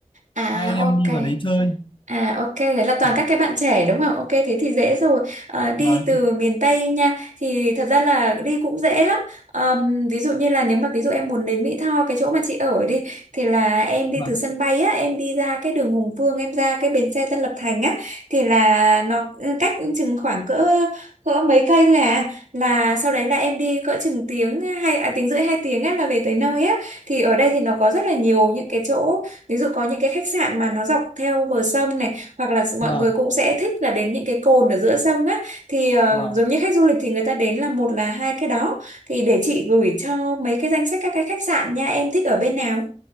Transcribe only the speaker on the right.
À
ok.
À ok, đấy là toàn
các cái bạn trẻ đúng không? Ok, thế thì dễ rồi. Ờ, đi
từ miền Tây nha, thì thật ra là đi cũng dễ lắm. Ờm, ví dụ như là nếu mà ví dụ em muốn đến Mỹ Tho, cái chỗ mà chị ở đi, thì là em đi
từ sân bay á, em đi ra cái đường Hùng Vương, em ra cái bến xe Tân Lập Thành á, thì là nó ừ, cách chừng khoảng cỡ cỡ mấy cây thôi à. Là sau đấy là em đi cỡ chừng tiếng hai à, tiếng rưỡi hai tiếng á, là về tới nơi á. Thì ở đây thì nó có rất là nhiều những cái chỗ Ví dụ có những cái khách sạn mà nó dọc theo bờ sông này hoặc là mọi
người cũng sẽ thích là đến những cái cồn ở giữa sông á thì ờ,
giống như khách du lịch thì người ta đến là một là hai cái đó thì để chị gửi cho mấy cái danh sách các cái khách sạn nha em thích ở bên nào